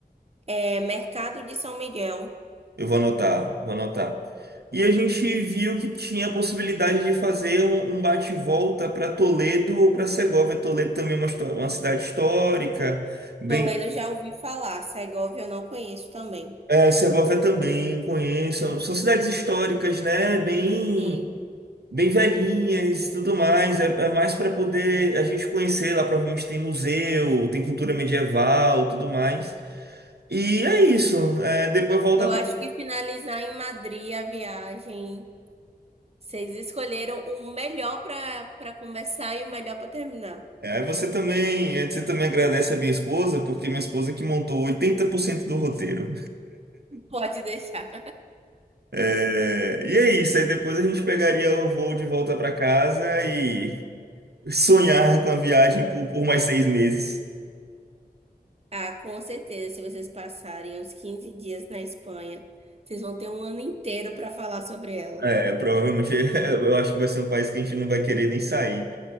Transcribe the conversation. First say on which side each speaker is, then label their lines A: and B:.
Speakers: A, on the right (about 40°); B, on the right (about 80°).
A: É Mercado de São Miguel.
B: Eu vou anotar, vou anotar. E a gente viu que tinha a possibilidade de fazer um, um bate-volta para Toledo ou para Segóvia. Toledo também é uma, histó- uma cidade histórica. Bem,
A: Toledo eu já ouvi falar, Segovia eu não conheço também.
B: é, Segóvia também conheço. São cidades históricas, né? Bem,
A: Sim,
B: bem velhinhas, e tudo mais. É, é mais para poder a gente conhecer. Lá provavelmente tem museu, tem cultura medieval, tudo mais. E é isso. É, depois volta
A: eu acho
B: para
A: que finalizar em Madrid a viagem, vocês escolheram o melhor para para começar e o melhor para terminar.
B: É, Aí você também, é, você também agradece a minha esposa, porque minha esposa é que montou 80% do roteiro.
A: Pode deixar.
B: É, e é isso, aí depois a gente pegaria o voo de volta para casa e sonhar com a viagem por, por mais seis meses.
A: Ah, com certeza, se vocês passarem uns 15 dias na Espanha, vocês vão ter um ano inteiro para falar sobre ela.
B: É, provavelmente <laughs> eu acho que vai ser um país que a gente não vai querer nem sair.